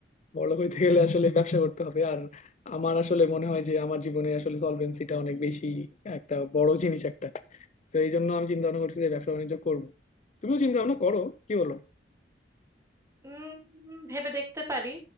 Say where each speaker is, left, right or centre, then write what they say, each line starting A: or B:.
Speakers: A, on the left; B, on the right.
A: বড়লোক হইতে গেলে আসলে ব্যবসা করতে হবে আর আমার আসলে মনে হয় যে আমার জীবনে আসলে সলভেন্সিটা অনেক বেশি একটা বড় জিনিস একটা তো এই জন্য আমি চিন্তা ভাবনা করছি যে ব্যবসা বাণিজ্য করবো তুমিও চিন্তা ভাবনা করো কি বলো
B: উম, ভেবে দেখতে পারি